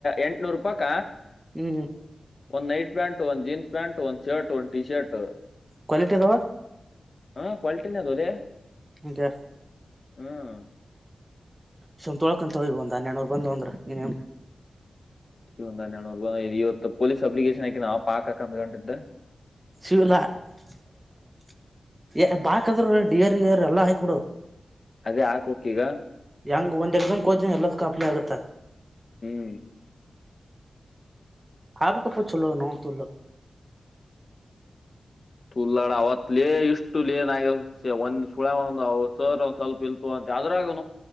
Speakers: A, on the left; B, on the right.
A: ಎಂಟನೂರು ರೂಪಾಕ
B: ಹ್ಮ್
A: ಒಂದ್ ನೈಟ್ ಪ್ಯಾಂಟ್ ಒಂದ್ ಜೀನ್ಸ್ ಪ್ಯಾಂಟ್ ಒಂದ್ ಶರ್ಟ್ ಒಂದ್ ಟಿ ಶರ್ಟ್
B: ಕ್ವಾಲಿಟಿ ಅದಾವ
A: <inaudible> ಹಾ ಕ್ವಾಲಿಟಿಯಲ್ಲಿ
B: ಹಗೆ
A: ಹ್ಮ್
B: ಸುಮ್ ತೊಳ್ಕಂತೋಗ ಒಂದು ಹನ್ನೆರ್ನರ್ ಬಂದ್ಂದ್ರ ಇನ್ನೇನು
A: ಇಂದನ ಇವತ್ತು ಪೊಲೀಸ್ ಅಪ್ಲಿಕೇಶನ್ ಹಾಕಿನ ಆ ಪಾಕಕ ಅಂದ್ ಗಂಟ ಇದ್ದ
B: ಸಲ್ಲ <inaudible> ಬಾಕ್ದ್ರ ಡಿಯರ್ ರ್ ಎಲ್ಲ ಹಯಕಿ ಕೊಡದು
A: ಅದೇ ಹಾಕ್ ಹಕ್ಕ ಈಗ
B: ಯಂಗ ಒಂದ ಎರ್ಸಂಗ್ ಹೋದ ಎಲ್ಲದ ಕಾಪ್ಲಿ ಆಗುತ್ತ
A: ಹ್ಮ್
B: ಆಪಕ್ಕಪ್ಪ ಚಲೋ ನೋವು ತ್ತುುಲ್ಲ
A: ತುಲ್ಲಣ ಅವತ್ ಲೇ ಇಷ್ಟು ಲೇನ್ ಆಯ ಒಂದ ಸುಳ ಒ ಸರ್ ಒಂದ್ ಸ್ವಲ್ಪ ಇಲ್ತು ಅಂತ ಅ್ರಗ